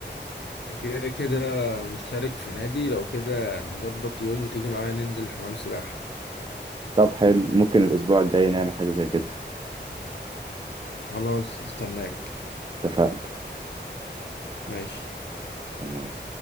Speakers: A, on the left; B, on the right.
A: كده كده مشترك في نادي لو كده نظبط يوم وتيجي معايا ننزل حمام السباحه
B: طب حلو ممكن الأسبوع الجاي نعمل حاجة زي كده
A: خلاص هستناك
B: اتفقنا
A: ماشي
B: تمام